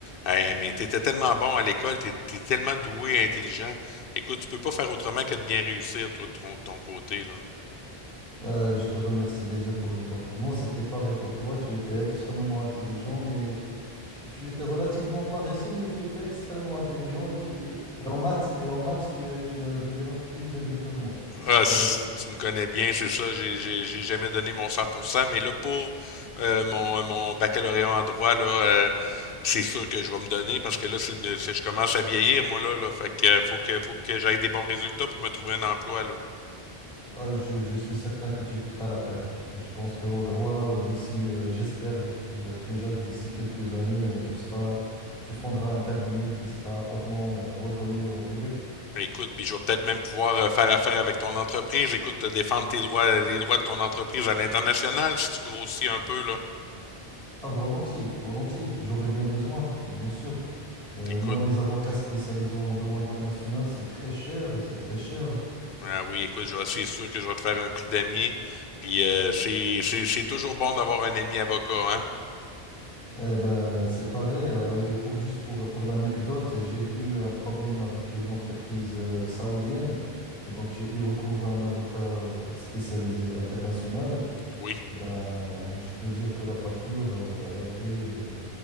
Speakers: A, on the left; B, in the centre.
A: Eh, mais t'étais tellement bon à l'école, t'es, t'es tellement doué et intelligent. Écoute, tu peux pas faire autrement que de bien réussir, toi, de ton, de ton côté, là.
B: Euh, je te remercie déjà pour les compliments. C'était pareil pour toi. Tu étais extrêmement intelligent, mais tu, tu étais relativement paresseux, mais tu étais extrêmement intelligent. Et, tu, et en maths, et en maths tu, es- tu avais des notes plus élevées que moi. Si
A: Ah,
B: tu
A: c-
B: te rapp-
A: tu me connais bien, c'est ça. J'ai, j'ai, j'ai jamais donné mon 100%, mais là, pour euh, mon, mon baccalauréat en droit, là, euh, c'est sûr que je vais me donner parce que là, c'est, une- c'est- je commence à vieillir, moi, là, là. Fait que euh, faut que, faut que j'aille des bons résultats pour me trouver un emploi, là.
B: Ah, je, je suis certain que tu feras l'affaire. Je pense qu'en droit, euh, d'ici, euh, j'espère d- d- déjà d'ici quelques années, euh, tu seras, tu fonderas un cabinet qui sera hautement, euh, reconnu au Québec.
A: Écoute, puis je vais peut-être même pouvoir euh, faire affaire avec ton entreprise. Écoute, te défendre tes droits, les droits de ton entreprise à l'international si tu grossis un peu, là.
B: Ah, volontiers, volontiers. J'aurais bien besoin, bien sûr. Euh,
A: Écoute,
B: moi, les avocats spécialisés en droit international, c'est très cher, c'est très cher.
A: ah oui, écoute, je vais- c'est sûr que je vais te faire un prix d'ami. Puis euh, c'est, c'est, c'est toujours bon d'avoir un ami avocat, hein?
B: Eh ben, c'est pareil. euh, et pour juste pour, pour l'anecdote, j'ai eu un problème avec une entreprise euh, saoudienne et donc j'ai eu recours à un avocat euh, spécialisé international.
A: Oui.
B: Eh ben, je peux dire que la facture euh, a été euh,